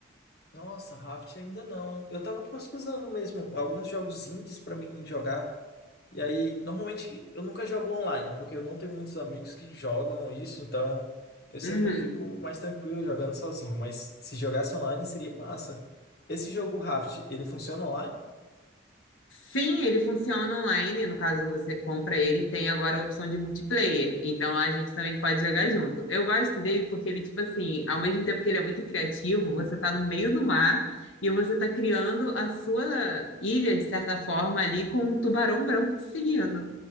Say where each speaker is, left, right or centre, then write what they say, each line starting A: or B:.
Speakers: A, on the left; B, on the left.
A: Nossa, Raft ainda não. Eu tava pesquisando mesmo alguns jogos indies pra mim jogar. E aí, normalmente eu nunca jogo online, porque eu não tenho muitos amigos que jogam isso, então eu sempre
B: Uhum.
A: fico mais tranquilo jogando sozinho. Mas se jogasse online seria massa. Esse jogo Raft, ele funciona online?
B: Sim, ele funciona online. No caso, você compra ele, e tem agora a opção de multiplayer. Então a gente também pode jogar junto. Eu gosto dele porque ele, tipo assim, ao mesmo tempo que ele é muito criativo, você tá no meio do mar e você tá criando a sua ilha, de certa forma, ali com um tubarão branco te seguindo.